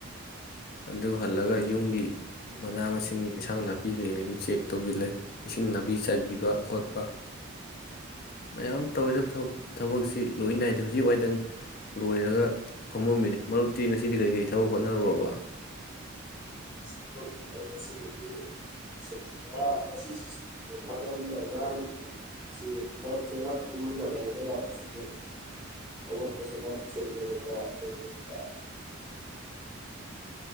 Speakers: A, on the left; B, on the right.
A: ꯑꯗꯨ ꯍꯜꯂꯒ ꯌꯨꯝꯒꯤ ꯃꯅꯥ ꯃꯁꯤꯡ ꯏꯟꯁꯥꯡ ꯅꯥꯄꯤ ꯀꯩ ꯃꯌꯨꯝ ꯆꯦꯛ ꯇꯧꯁꯤꯜꯂꯦ ꯏꯁꯤꯡ ꯅꯥꯄꯤ ꯆꯥꯏꯕꯤꯕ ꯈꯣꯠꯄ ꯃꯌꯥꯝ ꯇꯧꯗꯕꯕ ꯊꯕꯛꯁꯤ ꯂꯣꯏ ꯅꯥꯏꯗꯦ ꯍꯧꯖꯤꯛ ꯋꯥꯏꯗꯪ ꯂꯣꯏꯔꯒ ꯐꯝꯃꯝꯃꯤꯅꯤ ꯃꯔꯨꯞꯇꯤ ꯉꯁꯤꯗꯤ ꯀꯔꯤ ꯀꯔꯤ ꯊꯕꯛ ꯍꯣꯠꯅꯔꯨꯔꯕ
B: ꯈꯔ ꯈꯔ ꯌꯥ ꯑ ꯀꯁ